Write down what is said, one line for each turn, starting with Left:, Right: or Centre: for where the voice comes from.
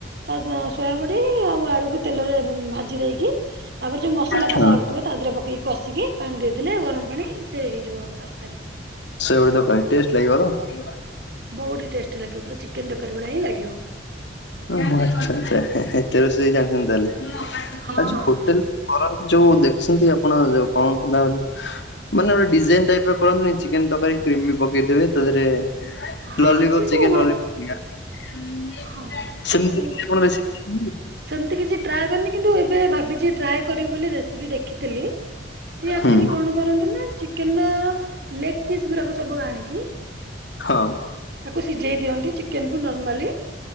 Right: ତା ଦ୍ୱା ସୋୟାବଡି ଆଉ ଆଳୁକୁ ତେଲରେ ଭୁ ଭାଜି ଦେଇକି ତାପରେ ଯୋଉ ମସଲା
Left: ହଁ।
Right: କସାର ଥୁବା ଦେହରେ ପକେଇକି କଷିକି ପାଣି ଦେଇଦଲେ ଗରମ ପାଣି ସେ ହେଇଯିବ ତରକାରୀ।
Left: ସୋୟାବଡି ତକାରୀ ଟେଷ୍ଟ ଲାଗିବ ତ?
Right: ବୋହୁତ ଟେଷ୍ଟ ଲାଗିବ ପୁରା ଚିକେନ ତକାରୀ ଭଳି ହିଁ ଲାଗିବ।
Left: ହଁଁ ଆଚ୍ଛା ଆଚ୍ଛା ହେତେ ରୋଷେଇ ଜାଣିଚନ୍ତି ତାହେଲେ ଆଉ
Right: ହଁ ହଁ
Left: ଯୋଉ ହୋଟେଲ କରନ୍ତି ଯୋଉ ଦେଖିସନ୍ତି ଆପଣ ଯୋଉ କଣ କଲା ବୋଲି ମାନେ ଗୋଟେ ଡିଜାଇନ ଟାଇପର କରନ୍ତିନି ଚିକେନ ତରକାରୀ କ୍ରିମି ପକେଇ ଦେବେ ତାଧେରେ
Right: ହଁ
Left: ଲଲିପପ୍
Right: ସେ ସବୁ
Left: ଚିକେନ
Right: ଗୋ-
Left: ଲଲିପପ୍ <unintelligible>
Right: ହଁ ସେ
Left: ସେମିତି
Right: ସବୁ
Left: କଣ <unintelligible>
Right: ସେମିତି କିଛି ଟ୍ରାଏ କରିନି କିନ୍ତୁ ଏବେ ଭାବିଚି ଟ୍ରାଏ କରିବି ବୋଲି ରେସିପି ଦେଖିଥେଲି। ସିଏ ଆକ୍ଚୁଆଲି
Left: ହୁଁ
Right: କଣ କରନ୍ତି ନା ଚିକେନର ଲେଗ ପିସ୍ ଗୁରାକ ସବୁ ଆଣିକି
Left: ହଁ।
Right: ତାକୁ ସିଜେଇ ଦିଅନ୍ତି ଚିକେନକୁ ନର୍ମାଲି।